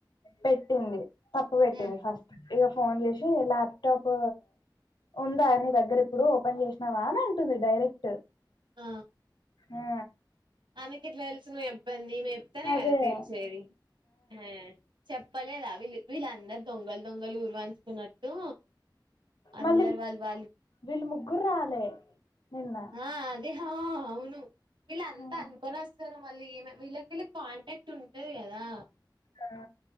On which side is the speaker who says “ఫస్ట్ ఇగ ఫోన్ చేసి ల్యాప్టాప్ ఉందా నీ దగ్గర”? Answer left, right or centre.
Left